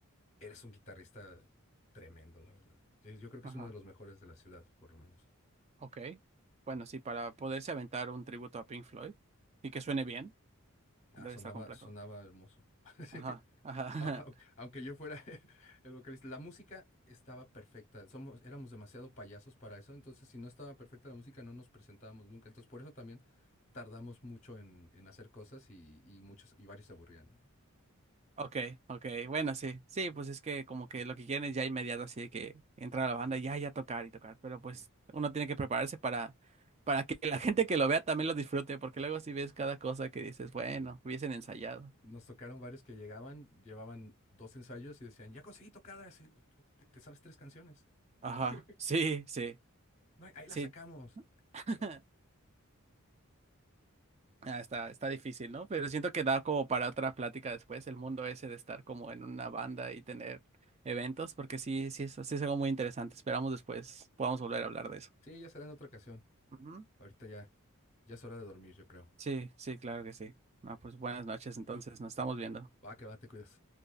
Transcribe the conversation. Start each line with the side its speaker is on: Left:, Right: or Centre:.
Left: él es un guitarrista tremendo, la verdad. Yo, yo creo que
Right: ajá.
Left: es uno de los mejores de la ciudad, por lo menos.
Right: Ok. Bueno, sí, para poderse aventar un tributo a Pink Floyd y que suene bien,
Left: Ah,
Right: debe
Left: sonaba,
Right: estar complejo.
Left: sonaba hermoso. <laughs> Sí,
Right: Ajá, ajá. <laughs>
Left: au- au- aunque yo fuera <laughs> el vocalista, la música estaba perfecta. Somos, éramos demasiado payasos para eso, entonces si no estaba perfecta la música no nos presentábamos nunca. Entonces por eso también tardamos mucho en, en hacer cosas y, y muchos y varios se aburrían, ¿no?
Right: Ok, ok. Bueno, sí. Sí, pues es que como que lo que quieren es ya inmediato así de que entrar a la banda y ya, ya tocar y tocar. Pero pues
Left: Sí,
Right: uno tiene que prepararse para, para que la gente que lo vea también lo disfrute, porque luego si ves cada cosa que dices, bueno,
Left: sí.
Right: hubiesen ensayado.
Left: Nos tocaron varios que llegaban, llevaban dos ensayos y decían, ya conseguí tocadas, y, te, te sabes tres canciones.
Right: Ajá.
Left: <laughs>
Right: Sí, sí,
Left: No, ahí ahí
Right: sí.
Left: las sacamos.
Right: <laughs>
Left: No.
Right: Ah, está, está difícil, ¿no? Pero siento que da como para otra plática después, el mundo ese de estar como en una banda y tener eventos, porque sí, sí es, sí es algo muy interesante. Esperamos después podamos volver a hablar de eso.
Left: Sí, ya será en otra ocasión.
Right: Ujú.
Left: Ahorita ya, ya es hora de dormir, yo creo.
Right: Sí, sí, claro que sí. Ah, pues buenas noches, entonces, nos estamos viendo.
Left: Va, que va, te cuidas.